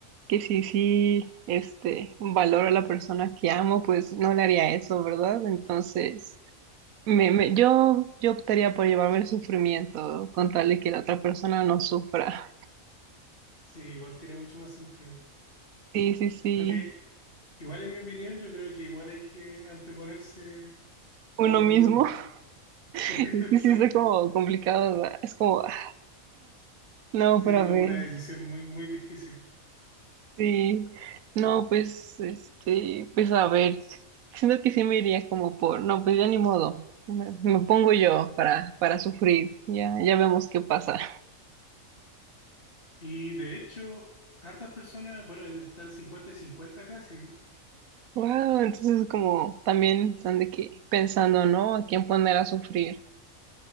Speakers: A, on the right (about 80°); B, on the left (about 40°).
A: que sí, sí, este, valoro a la persona que amo, pues no le haría eso, ¿verdad? Entonces, me, me- yo, yo optaría por llevarme el sufrimiento con tal de que la otra persona no sufra.
B: Sí, igual tiene mucho más sentido.
A: Sí, sí, sí.
B: Aunque igual en mi opinión yo creo que igual hay que anteponerse a
A: Uno
B: uno
A: mismo.
B: mismo.
A: <laughs> Es
B: Sí, <laughs> exacto.
A: que sí está como complicado, ¿verdad? Es como, ah, No,
B: Sí,
A: pero
B: es
A: a
B: como
A: ver,
B: una decisión muy, muy difícil.
A: sí. No, pues, este, pues a ver, siento que sí me iría como por, no, pues ya ni modo. Me, me pongo yo para, para sufrir. Ya, ya vemos qué pasa. <laughs>
B: Y de hecho, hartas personas, bueno, están 50 y 50 casi.
A: Wow, entonces como también están de que pensando, ¿no? A quién poner a sufrir.